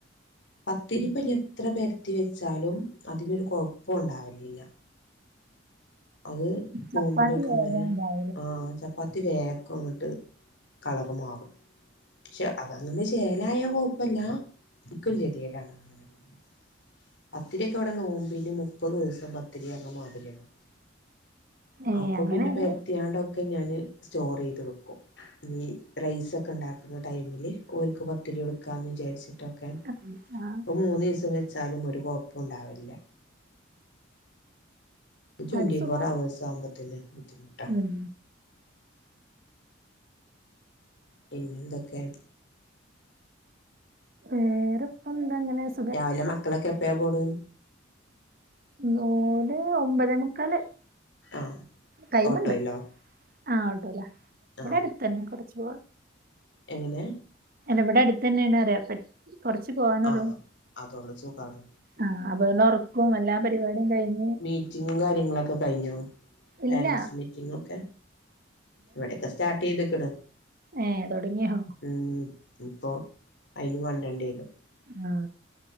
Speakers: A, on the left; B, on the right.
A: പത്തിരിപ്പെഞ്ഞെത്ര
B: ഉം.
A: പെര് ത്തി വെച്ചാലും അതിനൊരു കൊഴുപ്പുണ്ടാവല്ലില്ലാ അത് നോമ്പിനൊക്കെ
B: ചപ്പാത്തി വേഗം
A: അങ്ങെനെ
B: ഇണ്ടാക്കും
A: ആഹ് ചപ് പ്പാത്തി വേക്കംങ്ങെട്ട് കളറ് മാറും പക്ഷെ അതങ്ങെനെ ചേലായ കൊഴ്പ്പല്ലാ ൻക്കാെര് കെത്യേടാ അങ്ങനങ്ങനെ കാണുമ്പം പത്തിര്യൊക്കെ വെടെ നോമ്പിന് മുപ്പത് ദിവ്സം പത്തിരീർഞ്ഞ മാതിര്യാണ്.
B: ഏ
A: അപ്പൊ
B: അങ്ങനെയാണ്
A: പിന്നെ പെര്ത്ത്യാണ്ടാെക്കെ ഞാന് സ്റ്റോറെയ്ത് വെക്കും ഈ റൈസാെക്കെണ്ടാ ക്കുന്ന ടൈമില് ഓൽക്ക് പത്തിരി കൊടുക്കാന്ന് വിചാരിച്ചിട്ടൊക്കെ
B: <unintelligible> ആഹ്
A: പ്പൊ മൂന്ന് ദിവസം വെച്ചായാലും ഒരു കൊയ്പ്പുണ്ടാവലില്ല ട്വന്റി
B: ഒരു സുഖാ
A: ഫോർ അവേഴ്സ് ആവുമ്പോത്തേന് ബുദ്ധിമുട്ടാ
B: ഉം
A: പിന്നെന്തൊക്കേ
B: വേറെപ്പന്താങ്ങനെസ്
A: രാവിലെ മക്കളൊക്കെ എപ്പഴാ പോണ്
B: ഉം ഓല് ഒമ്പതേമുക്കാല്.
A: ആഹ്
B: ടൈമ്ണ്ട്
A: ഓട്ടോയിലോ
B: ആഹ് ഓട്ടോലാ ഇവിടെ
A: ആഹ്
B: അടുത്തന്നെ കൊർച്ച് പോകാനു
A: എങ്ങനെ
B: ഇവിടെ അടുത്തന്നെയാണെന്ന് പറയാ കൊറച്ച് പോവാനുള്ളൂ
A: ആഹ് അതോണ്ട് സുഖാണ്
B: ആഹ് അ <unintelligible> ഉറക്കവും എല്ലാ പരിപാടിയും കഴിഞ്ഞു.
A: മീറ്റിങ്ങും കാര്യങ്ങളും ഒക്കെ കഴിഞ്ഞോ പേരൻറ്സ്
B: ഇല്ല
A: മീറ്റിംഗ് ഒക്കെ ഇവിടെയൊക്കെ സ്റ്റാർട്ട് ചെയ്ത്ക്ക്ണ്.
B: ഏഹ് തൊടങ്ങിയോ.
A: ഉം ഇപ്പൊ അയ്ന് മണ്ടണ്ടിവരും.
B: ആഹ്.